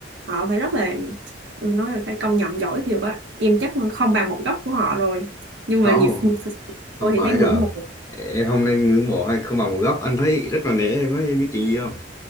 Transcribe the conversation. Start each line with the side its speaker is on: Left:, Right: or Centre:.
Right: họ phải rất là em nói là phải công nhận giỏi thiệt á em chắc không bằng một góc của họ rồi nhưng
Left: không
Right: mà nhiều, nhiều tôi
Left: không
Right: thì
Left: phải
Right: thấy ngưỡng
Left: đâu
Right: mộ
Left: em không nên ngưỡng mộ hay không bằng một góc anh thấy rất là nể em ấy em biết chuyện gì không